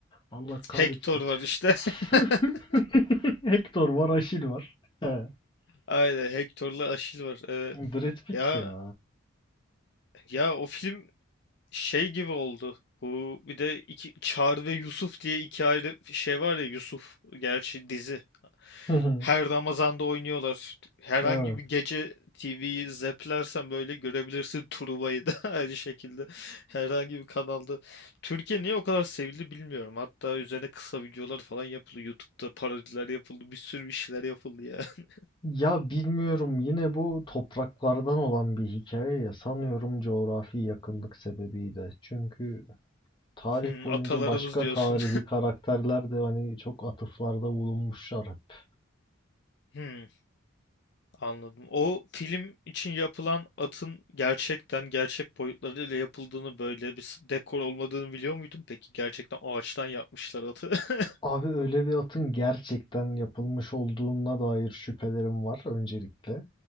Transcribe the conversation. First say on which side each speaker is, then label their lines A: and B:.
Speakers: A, on the left; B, on the left.
A: Allah kahretsin.
B: Hector var işte.
A: <laughs>
B: <laughs>
A: Hector var, Aşil var. He.
B: Aynen Hector'la Achille var. Evet.
A: Brad Pitt
B: Ya
A: ya.
B: ya o film şey gibi oldu. Bu bir de iki, Çağrı ve Yusuf diye iki ayrı şey var ya Yusuf gerçi dizi.
A: <laughs>
B: Her Ramazan'da oynuyorlar. Herhangi
A: Evet.
B: bir gece TV'yi zeplersen böyle görebilirsin Truva'yı da <laughs> aynı şekilde. Herhangi bir kanalda. Türkiye niye o kadar sevildi bilmiyorum. Hatta üzerine kısa videolar falan yapıldı. YouTube'da parodiler yapıldı. Bir sürü bir şeyler yapıldı ya. <laughs>
A: Ya bilmiyorum yine bu topraklardan olan bir hikaye ya sanıyorum coğrafi yakınlık sebebiyle. Çünkü Tarih
B: Hmm,
A: boyunca
B: atalarımız
A: başka
B: diyorsun.
A: tarihi karakterler de hani çok atıflarda bulunmuşlar hep.
B: <laughs> Hmm. Anladım. O film için yapılan atın gerçekten gerçek boyutlarıyla yapıldığını böyle bir s- dekor olmadığını biliyor muydun peki? Gerçekten ağaçtan yapmışlar atı. <laughs>
A: Abi öyle bir atın gerçekten yapılmış olduğuna dair şüphelerim var öncelikle.